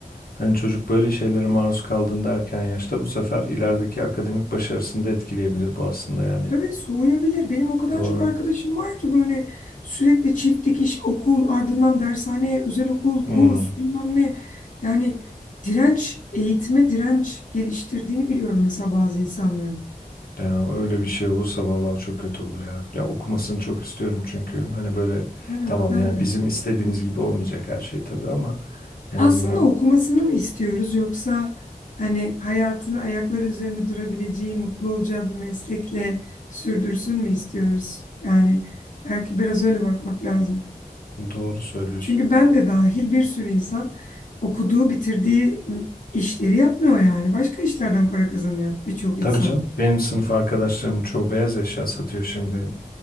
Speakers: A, on the left; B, on the left.
A: hani çocuk böyle şeylere maruz kaldığında erken yaşta bu sefer ilerideki akademik başarısını da etkileyebilir bu aslında yani
B: Tabii soğuyabilir. Benim o kadar
A: Doğru.
B: çok arkadaşım var ki böyle sürekli çift dikiş, okul, ardından dershane, özel okul,
A: Hmm.
B: kurs bilmem ne. Yani direnç, eğitime direnç geliştirdiğini biliyorum mesela bazı insanların.
A: Yani öyle bir şey olursa vallahi çok kötü olur ya. Ya okumasını çok istiyorum çünkü hani böyle
B: Evet,
A: tamam
B: ben
A: yani
B: de.
A: bizim istediğimiz gibi olmayacak her şey tabii ama en
B: Aslında
A: azından
B: okumasını mı istiyoruz yoksa hani hayatını ayakları üzerinde durabileceği, mutlu olacağı bir meslekle sürdürsün mü istiyoruz? Yani belki biraz öyle bakmak lazım.
A: doğru söylüyorsun.
B: Çünkü ben de dahil bir sürü insan okuduğu, bitirdiği işleri yapmıyor yani. Başka işlerden para kazanıyor birçok
A: Tabii
B: insan.
A: canım benim sınıf arkadaşlarımın çoğu beyaz eşya satıyor şimdi.